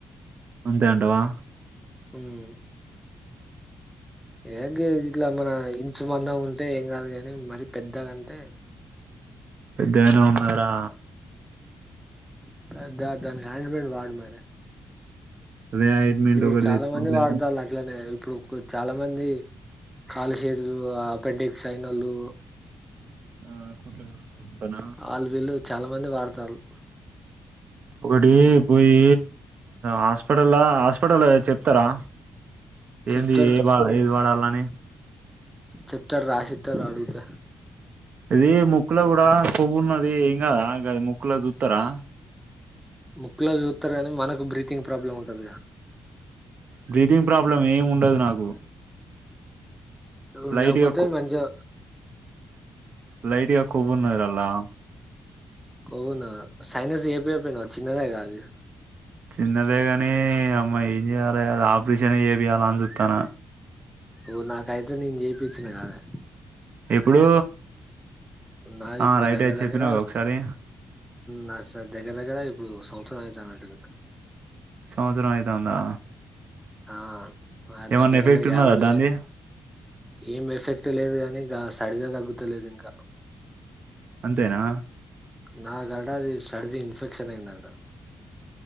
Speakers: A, on the right (about 55°); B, in the centre.
A: అంతే అంటావా
B: హుమ్ ఏ గి ఇట్లా మన ఇంచు మందం ఉ ఉంటే ఏం కాదు కాని మరి పెద్దగాంటే
A: పెద్దగనే ఉన్నదిరా
B: పె దా దా ఆయింట్ మెంట్ వాడు మరే
A: అదే ఆయింట్మెంట్
B: ఇప్పుడు
A: ఒకటి
B: చాలా
A: తెచ్చుకుంటే
B: మంది వాడతాల్లట్లనే ఇప్పుడు చాలా మంది కాళ్లు చేతులు ఆ అప్పెండిక్స్ అయినోళ్ళు
A: ఆ కుట్లు కానుకుంటానా
B: వాళ్లు వీళ్లు చాలా మంది వాడతాల్లు
A: ఒకటీ పోయి హాస్పటల్లా హాస్ స్పటలా చెప్తారా
B: చెప్తారు
A: ఏంది ఏది వాడాలని
B: చెప్తారు రాసిత్తారు అడుగుతే
A: ఇది ముక్కుల కూడా కొవ్వు ఉన్నది ఏం కాదా గాదిముక్కుల సూత్తరా
B: ముక్కుల చూస్తారు గాని మనకు బ్రీతింగ్ ప్రాబ్లం ఉంటదిగా
A: బ్రీతింగ్ ప్రాబ్లం ఏం ఉండదు నాకు
B: ఉండకపోతే
A: లైట్ గా
B: మంచిగా
A: లైట్ గా కొవ్వు ఉన్నదిరా అల్లా
B: కొవ్వున్నదా సైనస్ చేపియపోయినవ్ చిన్నదే కదా అది
A: చిన్నదే కానీ అమ్మా ఏం చేయాలే ఆపరేషన్ చేపియాలా అని చూస్తాన
B: ఓ నాకైతే నేను చేపించిన కాదే
A: ఎప్పుడూ
B: నాది
A: ఆ
B: ఇప్పుడు
A: రైటే
B: దగ్గర
A: చెప్పినవ్
B: దగ్గర
A: గా ఒకసారి
B: నా దగ్గర దగ్గర ఇప్పుడు సంవత్సరం అయితాన్నట్టుంది
A: సంవత్సరం అయితాందా
B: ఆ
A: ఏమన్నా
B: దగ్గర
A: ఎఫెక్ట్
B: దగ్గర
A: ఉన్నదా
B: యాభై వేలయినాయి
A: దాంది
B: ఏం ఎఫెక్ట్ లేదు కాని గా సరిదే తగ్గుతలేదింకా
A: అంతేనా
B: నాకట అది సడిది ఇన్ఫెక్షన్ అయిందట